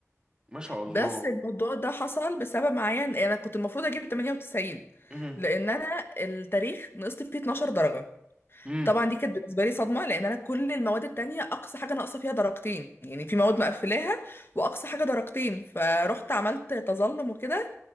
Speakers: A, on the right; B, on the left.
A: ما شاء الله
B: بس الموضوع ده حصل بسبب معين انا كنت المفروض اجيب 98
A: مهم.
B: لان انا التاريخ نقصت فيه 12 درجه
A: مم.
B: طبعا دي كانت بالنسبه لي صدمه لان انا كل المواد التانية اقصى حاجه ناقصه فيها درجتين يعني في مواد مقفلاها واقصى حاجه درجتين فرحت عملت تظلم وكده